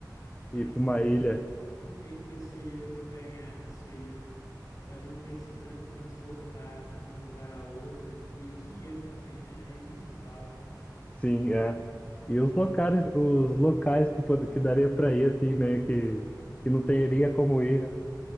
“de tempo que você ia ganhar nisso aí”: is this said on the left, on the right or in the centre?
Left